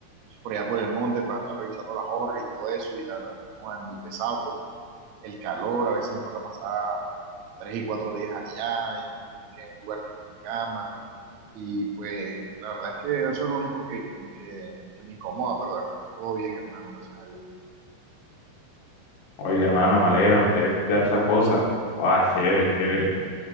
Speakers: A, on the right; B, on the left.
A: es por allá por el monte para estar revisando las horas y todo eso y la verdad es que no es muy pesado porque el calor, a veces me toca pasar tres y cuatro días allá y dormir en un lugar que no es mi cama y pues la verdad es que eso es lo único que, que, que, que me incomoda, pero de resto todo bien hermano, gracias a Dios.
B: Oye, hermano, me alegra, me alegra escuchar esas cosas. ah chévere, chévere.